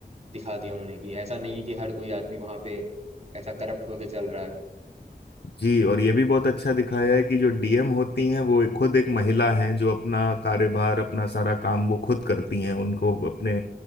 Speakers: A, on the right (about 40°); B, on the left (about 75°).
A: दिखा दिया उन्होंने कि ऐसा नहीं है कि हर कोई आदमी वहाँ पे ऐसा करप्ट होके चल रहा है
B: जी और ये भी बहुत अच्छा दिखाया है कि जो डीएम होती हैं वो खुद एक महिला हैं जो अपना कार्यभार अपना सारा काम वो खुद करती हैं उनको अपने